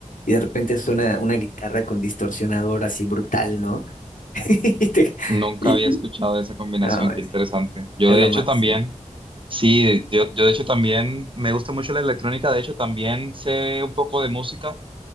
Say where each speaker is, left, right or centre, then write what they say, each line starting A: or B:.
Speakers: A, on the left; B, on the right.
A: y de repente suena una guitarra con distorsionador así brutal, ¿no? <laughs> Y, te-
B: Nunca
A: y-
B: había escuchado
A: y-
B: esa combinación,
A: no, es,
B: qué interesante. Yo
A: es
B: de
A: lo
B: hecho
A: máximo.
B: también, sí, yo, yo de hecho también me gusta mucho la electrónica, de hecho también sé un poco de música.